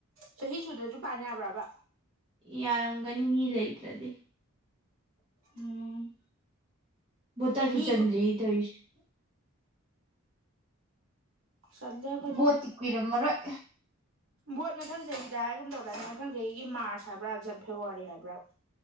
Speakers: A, on the right; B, on the right.
A: ꯆꯍꯤ ꯁꯨꯗ꯭ꯔꯁꯨ ꯄꯥꯟ ꯌꯥꯕ꯭ꯔꯕ
B: ꯌꯥꯔꯝꯒꯅꯤ ꯃꯤ ꯂꯩꯇ꯭ꯔꯗꯤ
A: ꯎꯝ
B: ꯚꯣꯇꯔꯁꯨ
A: ꯃꯤ
B: ꯆꯟꯗ꯭ꯔꯤ ꯇꯧꯔꯤꯁꯦ <inaudible>
A: ꯆꯜꯂꯦ ꯑꯩꯈꯣꯏꯗꯤ
B: ꯐꯣꯠꯇꯤ ꯀꯨꯏꯔꯝꯃꯔꯣꯏ
A: ꯚꯣꯠ ꯃꯊꯪ ꯆꯍꯤꯗ ꯍꯥꯏꯒꯨꯝ ꯇꯧꯗꯥꯏꯅꯦ ꯃꯊꯪ ꯆꯍꯤꯒꯤ ꯃꯥꯔꯁ ꯍꯥꯏꯕ꯭ꯔꯥ ꯖꯟ ꯐꯦꯕꯋꯥꯔꯤ ꯍꯥꯏꯕ꯭ꯔꯥ